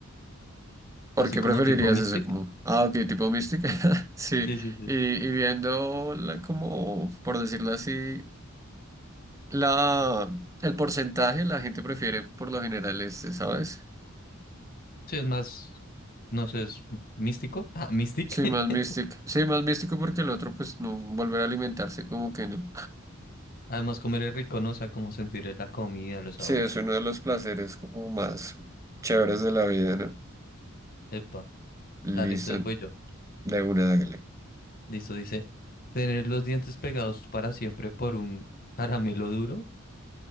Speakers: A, on the right (about 15°); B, on the left (about 45°).
A: ¿Por
B: Así
A: qué
B: como
A: preferirías
B: tipo Mystic.
A: eso? Como, ah, ok, tipo mística. <laughs> Sí,
B: Sí, sí, sí.
A: y, y viendo la- como, por decirlo así, la, el porcentaje la gente prefiere por lo general este, ¿sabes?
B: Sí, es más, no sé, es místico. Ah, Mystic.
A: Sí,
B: <laughs>
A: más místico. Sí, más místico porque el otro, pues no, volver a alimentarse como que no.
B: Además, comer es rico, ¿no? O sea, como sentir la comida,
A: <laughs>
B: los sabores.
A: Sí, es uno de los placeres como más chéveres de la vida, ¿no?
B: Epa,
A: Listo,
B: dale, entonces voy yo.
A: de una, hágale.
B: Listo, dice, tener los dientes pegados para siempre por un caramelo duro.